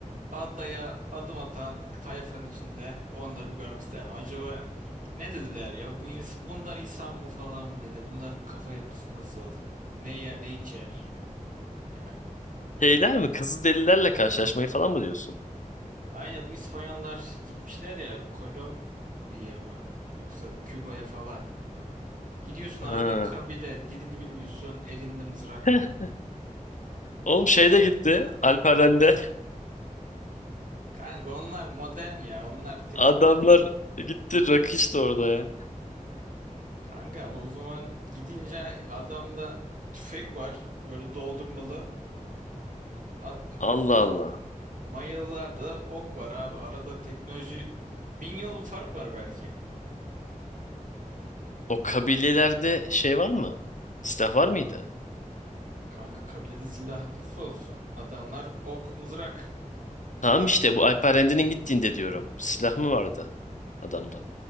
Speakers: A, on the right (about 70°); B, on the left (about 65°).
A: adaya adım atan tayfanın içinde onları bir görmek isterdim. Acaba ne dediler ya? Bu ins- bunlar insan mı falan mı dedi? Bunların kafa yapısı nasıl? Ne yer, ne içer? Yani.
B: Şeyler mi? Kızılderililerle karşılaşmayı falan mı diyorsun?
A: Aynen bu İspanyollar gitmişler ya Kolombiya mı? Yoksa Küba'ya falan. Gidiyorsun
B: Ha.
A: abi kabile dilini bilmiyorsun elinde mızrak.
B: <laughs> Oğlum şey de gitti. Alperen'de.
A: Kanka onlar modern ya. Onlar
B: <laughs> Adamlar gitti. Rakı içti orada ya.
A: Kanka ama o zaman gidince adamda tüfek var. Böyle doldurmalı. A-
B: Allah Allah.
A: Mayalılarda da ok var abi. Arada teknoloji bin yıl bir fark var belki.
B: O kabilelerde şey var mı? Silah var mıydı?
A: Kanka kabilede silah nasıl olsun? Adamlar ok mızrak.
B: Tamam işte bu Alperen'de'nin gittiğinde diyorum. Silah mı vardı adamda?